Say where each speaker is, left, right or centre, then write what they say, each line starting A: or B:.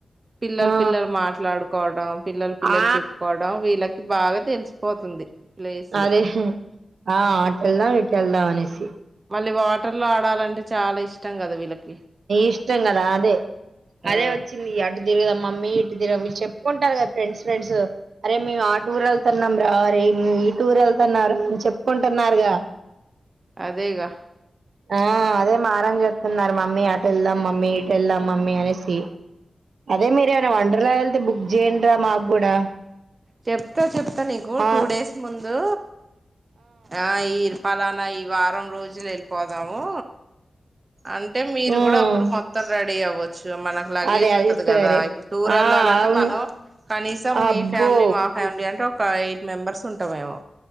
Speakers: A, on the right; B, on the right.
A: పిల్లల
B: ఆ
A: పిల్లలు మాట్లాడుకోవడం, పిల్లల పిల్లలు
B: ఆ
A: చెప్పుకోవడం వీళ్ళకి బాగా తెలిసిపోతుంది ప్లేసులు
B: అదే ఆ అటెల్దాం ఇటెల్దాం అనేసి
A: మళ్ళీ వాటర్ లో ఆడాలంటే చాలా ఇష్టం కదా వీళ్ళకి
B: ఇష్టం కదా అదే
A: ఆ
B: అదే వచ్చింది ఈ అటు తిరుగుదామ్ మమ్మీ ఇటుదిరం వీళ్ళు చెప్పుకుంటారు కదా ఫ్రెండ్స్ ఫ్రెండ్స్, అరే మేము ఆ టూర్ వెళ్తున్నాం రా అరే ఈ టూర్ వెళ్తున్నారా అని చెప్పుకుంటున్నారుగా
A: అదేగా
B: ఆ అదే మారం చేస్తున్నారు మమ్మీ అట వెళ్దాం మమ్మీ ఇటు వెళ్దాం మమ్మీ అనేసి, అదే మీరు ఏమైనా వండర్లా వెళ్తే బుక్ చేయండిరా మాకు కూడా
A: చెప్తా చెప్తా నీకు
B: ఆ
A: టూ డేస్ ముందు ఆ ఈ పలానా ఈ వారం రోజులు వెళ్ళిపోదాము అంటే మీరు
B: ఉమ్
A: కూడా అప్పుడు మొత్తం రెడీ అవ్వ మనకు లగేజ్
B: అదే అది
A: ఉంటది
B: సరే
A: కదా ఇప్పుడు టూర్
B: ఆ
A: వెళ్లాలంటే,
B: అవును
A: మనం కనీసం మీ
B: అబ్బో
A: ఫ్యామిలీ మా ఫ్యామలీ అంటే ఒక ఎయిట్ మెంబర్స్ ఉంటాం మేము